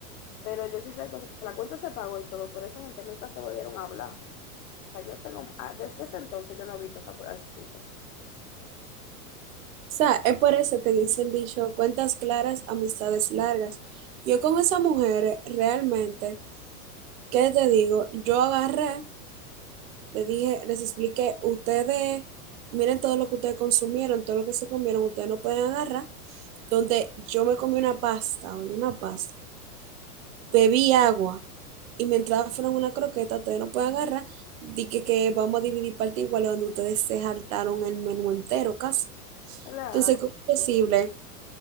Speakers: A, on the left; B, on the right.
A: pero yo sí sé que, o sea, que se la cuenta se pagó y todo, pero esa gente nunca se volvieron a hablar. O sea, yo tengo, ah, desde ese entonces yo no he visto esa- a ese tipo.
B: sea, es por eso que dice el dicho, cuentas claras, amistades largas. Yo con esa mujer, eh, realmente, ¿qué te digo? Yo agarré, le dije, les expliqué, ustedes, miren todo lo que ustedes consumieron, todo lo que se comieron, ustedes no pueden agarrar. donde yo me comí una pasta, una pasta, bebí agua y mi entrada fueron una croqueta, ustedes no pueden agarrar, di que, que vamos a dividir parte igual donde ustedes se saltaron el menú entero casi.
A: Claro,
B: Entonces, ¿cómo es posible